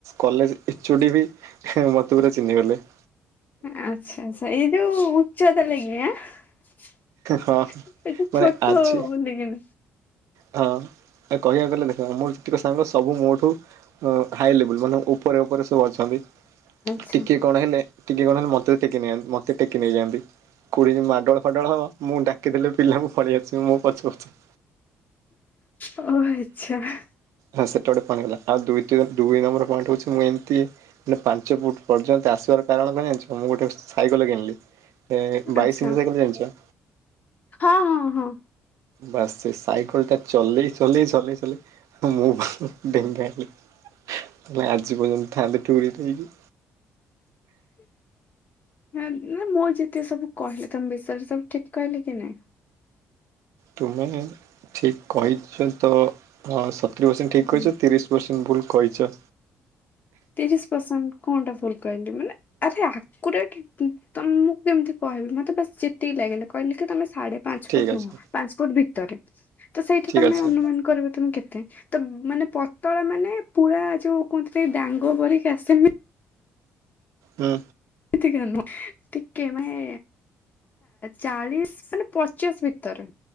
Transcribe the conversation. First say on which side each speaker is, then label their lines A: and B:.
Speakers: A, on the right (about 80°); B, on the left (about 35°).
A: କଲେଜ ଚୁଡ଼ି ବି ମତେ ପୁରା ଚିହ୍ନିଗଲେ ।
B: ଆଚଛା ଆଚଛା ୁ ହଚ୍ଚଦଲାଗିଆ ।
A: ହଁ
B: ଏଠ
A: ମାନେ
B: ଛୋଟ
A: ଆଜି
B: ବଲିକ।
A: ହଁ। କହିବାକୁ ଗଲେ ଦେଖ ମୋର ଯେତିକ ସାଙ୍ଗ ସବୁ ମୋଠୁ ହାଇ ଲେବୁଲ୍ ମାନେ ଉପରେ ଉପରେ ସବୁ ଅଛନ୍ତି।
B: ଆଚ୍ଛା
A: ଟିକେ କଣ ହେଲେ ଟିକେ କଣ ହେଲେ ମତେ ଟେକି ନେଇନ୍ତି ମତେ ଟେକି ନେଇଯାଆନ୍ତି। କୋଡି ମାଡୋଳ ଫାଡଳ ହବ ମୁଁ ଡାକି ଦେଥିଲି ପିଲାଙ୍କୁ ପଳେଇ ଆସିବି ମୁଁ ପଛୁ ପଛୁ।
B: ଓ ଆଚଛା।
A: ସେଟା ଗୋଟେ ପଗଲା ଆଉ ଦ ଦୁଇ ନମ୍ବର ପଏଣ୍ଟ ହଉଛି ମୁଁ ଏମିତି ପାଞ୍ଚ ଫୁଟ ପର୍ଯ୍ୟନ୍ତ ଆସ। କାରଣ ପାଇଁ ଜାଣିଛ ମୁଁ ଗୋଟେ ସାଇକେଲ କିଣିଲି ବାଇଶ
B: ଆଚ୍ଛା
A: ଇ ସାଇକେ ଜଣିଛ।
B: ହଁ ହଁ ହଁ।
A: ବାସ୍ ସେ ସାଇକେଲ ଟା ଚଲେଇ ଚଲେଇ ଚଲେଇ ଚଲେଇ ମୁଁ ଢେଙ୍ଗା ହେଲି। ଆେ ଆଜି ପର୍ଯ୍ୟନ୍ତ ଥାଆନ୍ତେ ଟୁରରିୀ ଦେଇକି
B: ହ। ନା ମୁଁ ଯେତ ସବୁ କହିଲି ତମ ବିଷରେ ସବୁ ଠିକ କହିଲେ କି ନାଇଁ।
A: ତୁମେ ଠିକ କହିଛ ତ ହ। ି ପରସେଣ୍ଟ ଠିକ୍
B: ହୁଁ
A: କହିଛ ତିରିଶ ପରସେଣ୍ଟ ଭୁଲ କହିଛ।
B: ତିରିଶ ପରସେଣ୍ କଣଟା ଭୁଲ କହନ୍ତି ମାନେ ଆରେ ତ। କେମିତି କହିବୁି ମତେସ ଯେତିକି ଲାଗିଲି କହିଲେ କି ତମେ ସାଢେ ପାଞ୍ଚ
A: ଠିକ୍
B: ଫୁଟ
A: ଅଛି
B: ନୁହଁ ପାଞ୍ଚ ଫୁଟ ଭିତ ତ ସେଇଠା
A: ଠିକ୍
B: ତ ଆମେ
A: ଅଛି
B: ଅନୁମାନ କରିବ ତମେ କେତେ ତ ମାନେ ପତଳା ମାନେ ପୁରୁର ଯୋଉ କୁହନ୍ତିଥିଲେ ଡାଙ୍ଗ ଭିକି ଆସମି
A: ହୁଁ
B: ଟିକେ ମାଇ ଚାଳିଶ ମାନେ ପଚାଶ ଭିତର